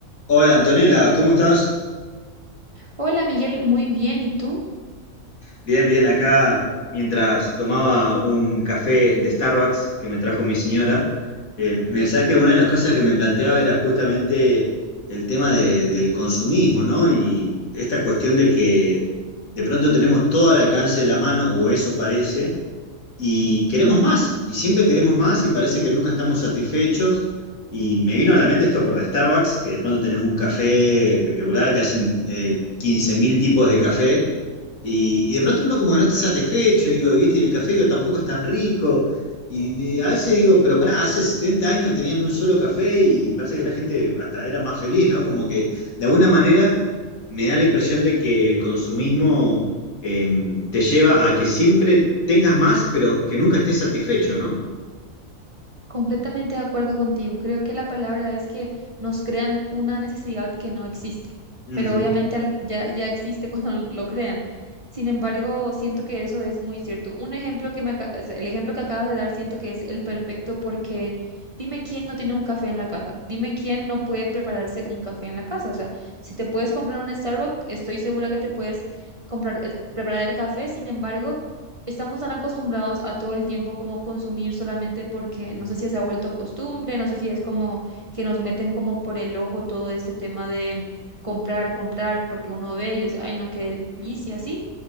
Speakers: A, on the left; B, on the right.
A: Hola Antonella, ¿cómo estás?
B: Hola Miguel, muy bien. ¿Y tú?
A: Bien, bien, acá mientras tomaba un café de Starbucks que me trajo mi señora, eh, me decías que una de las cosas que me planteaba era justamente el tema de- del consumismo, ¿no? Y esta cuestión de que de pronto tenemos todo al alcance de la mano, o eso parece, Y queremos más, y siempre queremos más y parece que nunca estamos satisfechos. Y me vino a la mente esto por Starbucks, que de pronto tenés un café espectacular, te hacen eh, 15.000 tipos de café, y, y de pronto uno como que no está satisfecho, y digo, viste, y el café digo, tampoco es tan rico. Y, y a veces digo, pero pará, hace 70 años tenían un solo café y parece que la gente hasta era más feliz, ¿no? Como que de alguna manera me da la impresión de que el consumismo eh, te lleva a que siempre tengas más, pero que nunca estés satisfecho, ¿no?
B: Completamente de acuerdo contigo. Creo que la palabra es que nos crean una necesidad que no existe,
A: Ujú.
B: pero obviamente al- ya, ya existe <laughs> cuando lo crean. Sin embargo, siento que eso es muy cierto. Un ejemplo que me, aca- o sea, el ejemplo que acabas de dar siento que es el perfecto porque dime quién no tiene un café en la casa, dime quién no puede prepararse un café en la casa. O sea, si te puedes comprar un Starbucks, estoy segura que te puedes comprar, eh, preparar el café. Sin embargo, estamos tan acostumbrados a todo el tiempo como consumir solamente porque
A: Mm.
B: no sé si se ha vuelto costumbre, no sé si es como que nos meten como por el ojo todo este tema de comprar, comprar, porque uno ve y le dice, ay, no, qué delicia, sí